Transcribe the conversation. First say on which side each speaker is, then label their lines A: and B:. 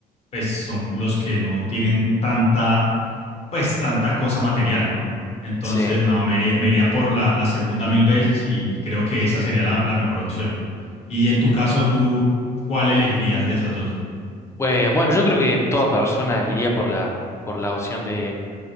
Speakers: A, on the left; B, on the left.
A: pues son los que no tienen tanta, pues tanta cosa material, ¿no? Entonces,
B: Sí.
A: no, me iría, me iría por la, la segunda mil veces y, y creo que esa sería la, la mejor opción. Y en tu caso, ¿tú cuál elegirías de esas dos?
B: Eh, bueno, yo creo que toda persona iría por la, por la opción de,